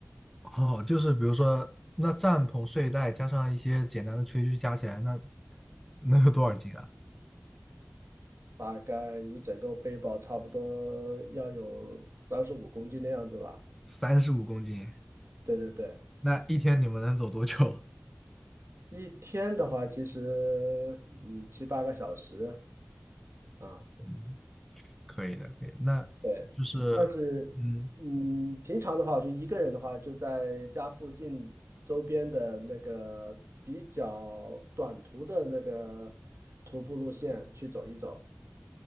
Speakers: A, in the centre; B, on the right.
A: 哦，就是比如说，那帐篷、睡袋加上一些简单的炊具加起来，那能有多少斤啊？
B: 大概你整个背包差不多要有三十五公斤的样子吧。
A: 三十五公斤，
B: 对对对。
A: 那一天你们能走多久？
B: 一天的话，其实你七八个小时啊，
A: 嗯，可以的，可以的那就是，
B: 对。但是，
A: 嗯，
B: 嗯，平常的话，我就一个人的话，就在家附近周边的那个比较短途的那个徒步路线去走一走。